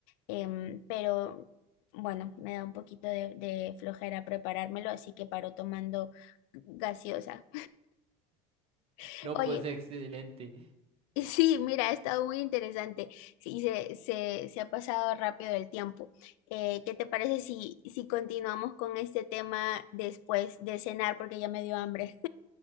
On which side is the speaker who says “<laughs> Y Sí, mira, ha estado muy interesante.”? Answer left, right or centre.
Left